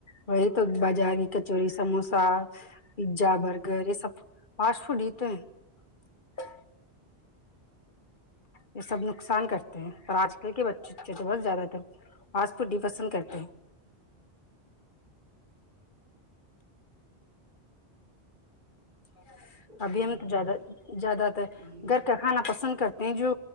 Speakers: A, on the left; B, on the right.
A: وہی تو بازار کی چوری سموسا پیزا برگر یہ سب فاسٹ فوڈ ہی تو ہے یہ سب نقصان کرتے ہیں پر آج کل کے بچوںے تو بت زیادہ تر آس پ ڈی پسند کرتے ہیں <inaudible>
B: اور
A: ابھی
B: نہیں
A: ہم تو زیادہ
B: کیا
A: زیادہ ت
B: ہوں
A: گھر کا کھانا پسند کرتے جو